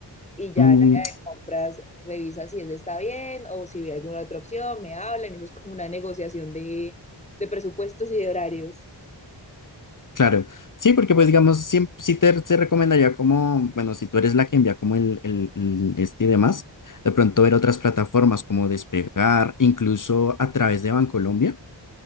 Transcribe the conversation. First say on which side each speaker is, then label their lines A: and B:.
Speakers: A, on the left; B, on the left.
A: y ya
B: Mm,
A: en el área de compras revisa si ese está bien o si ve alguna otra opción, me hablan, eso es como una negociación de, de presupuestos y de horarios.
B: Claro, sí, porque pues digamos, siem- sí, te, te recomendaría como, bueno, si tú eres la que envía como el, el- el este y demás, de pronto ver otras plataformas como Despegar, incluso a través de Bancolombia.